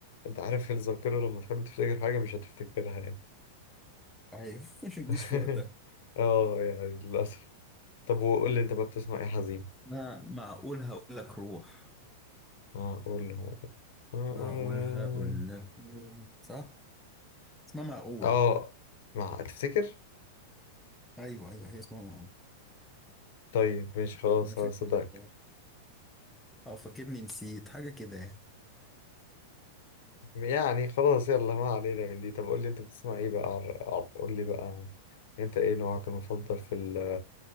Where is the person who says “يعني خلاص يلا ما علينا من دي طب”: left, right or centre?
Left